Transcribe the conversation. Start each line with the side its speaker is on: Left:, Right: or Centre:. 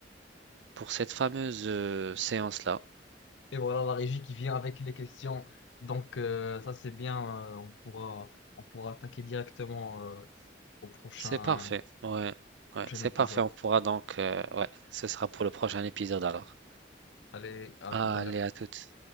Right: pour cette fameuse euh, séance-là.
Left: Et voilà la régie qui vient avec les questions. Donc euh, ça c'est bien, euh, on pourra, on pourra attaquer directement euh, au prochain,
Right: C'est parfait, ouais,
Left: prochain
Right: ouais, c'est
Left: épisode.
Right: parfait, on pourra donc, euh, ouais, ce sera pour le prochain épisode alors.
Left: Allez, à
Right: Allez,
Left: tout à l'heure.
Right: à toutes.